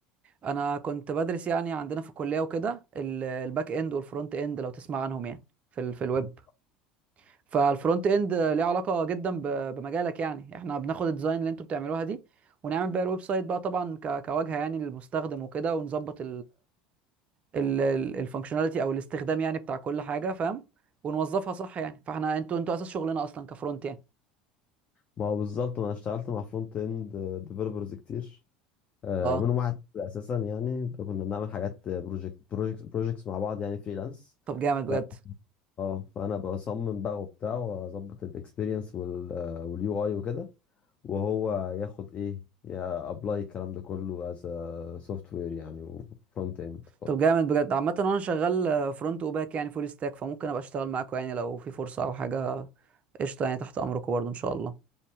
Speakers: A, on the right; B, on the left.
A: انا كنت بدرس يعني عندنا في الكليه وكده ال- الباك اند والفرونت اند لو تسمع عنهم يعني في ال في الويب
B: بنصمم
A: فالفرونت اند ليه علاقه جدا ب- بمجالك يعني احنا بناخد الديزاين اللي انتوا بتعملوها دي ونعمل بيها الويب سايت بقى طبعا ك- كواجهه يعني للمستخدم وكده ونظبط الفانكشناليتي او الاستخدام يعني بتاع كل حاجه فاهم ونوظفها صح يعني فاحنا انتوا انتوا اساس شغلنا اصلا كفرونت يعني
B: ما هو بالظبط ما انا اشتغلت مع فرونت اند ديفلوبرز كتير آه،
A: اه
B: منهم واحد اساسا يعني كنا بنعمل حاجات بروجكت بروجكت بروجكتس مع بعض يعني فريلانس
A: طب جامد بجد
B: ف اه فانا بصمم بقى وبتاع واظبط الاكسبيرينس واليو اي وكده وهو ياخد ايه يا ابلاي الكلام ده كله از سوفت وير يعني وفرونت اند برضه
A: طب جامد بجد عامة وانا شغال فرونت وباك يعني فول ستاك فممكن ابقى اشتغل معاكم يعني لو في فرصة او حاجة قشطة يعني تحت امركم برضو ان شاء الله